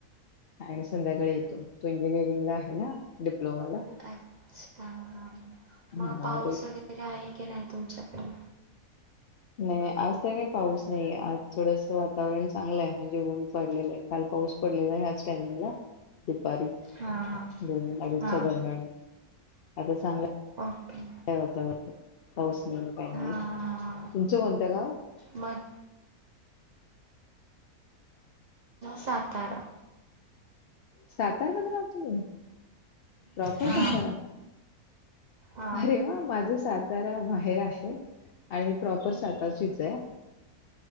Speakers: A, on the left; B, on the right.
A: आणि संध्याकाळी येतो. तो इंजिनिअरिंग ला आहे ना डिप्लोमाला.
B: अच्छा! हा
A: हा
B: मग पाऊस
A: तो
B: वगैरे आहे की नाही तुमच्याकडे?
A: नाही. आज तर काही पाऊस नाहीे आज थोडस वातावरण चांगलं आहे. म्हणजे ऊन पडलेलं आहे. काल पाऊस पडलेला ह्याच टाईमला. दुपारी.
B: हा. हा
A: दोन अडीचच्या
B: हा
A: दरम्यान. आता चांगला
B: ओके.
A: काय होत. पाऊस नाही पाणी
B: हा
A: नाही. तुमचं कोणतं गाव?
B: मग सातारा.
A: सातारा मधून आहात तुम्ही? प्रॉपर
B: हा
A: सातारा?
B: हा
A: अरे वा! माझं सातारा माहेर आहे आणि मी प्रॉपर साताराचीच आहे.